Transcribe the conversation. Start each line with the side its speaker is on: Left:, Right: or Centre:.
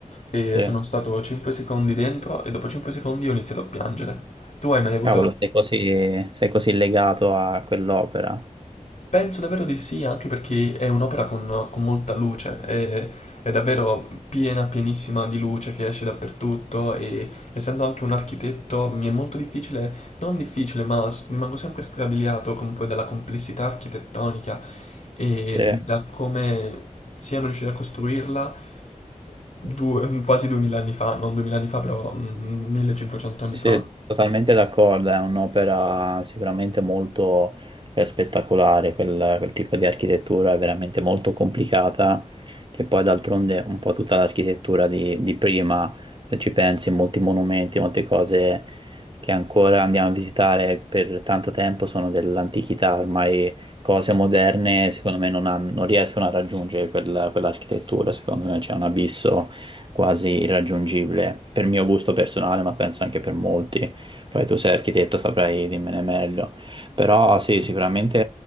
Left: e
Right: Sì.
Left: sono stato 5 secondi dentro e dopo 5 secondi ho iniziato a piangere. Tu hai mai avuto?
Right: Cavolo, sei così, sei così legato a quell'opera.
Left: Penso davvero di sì, anche perché è un'opera con, con molta luce, è, è davvero piena, pienissima di luce che esce dappertutto e essendo anche un architetto mi è molto difficile, non difficile, ma s- rimango sempre strabiliato comunque dalla complessità architettonica e
Right: Sì.
Left: da come siano riusciti a costruirla due- quasi 2000 anni fa, non 2000 anni fa, però mm, 1500 anni
Right: Sì,
Left: fa.
Right: totalmente d'accordo, è un'opera sicuramente molto eh, spettacolare, quel, quel tipo di architettura è veramente molto complicata, che poi d'altronde un po' tutta l'architettura di, di prima, se ci pensi, molti monumenti, molte cose che ancora andiamo a visitare per tanto tempo sono dell'antichità, ormai cose moderne secondo me non, han- non riescono a raggiungere quella- quell'architettura, secondo me c'è un abisso quasi irraggiungibile per mio gusto personale, ma penso anche per molti. Poi tu sei architetto, saprai dimmene meglio. Però sì, sicuramente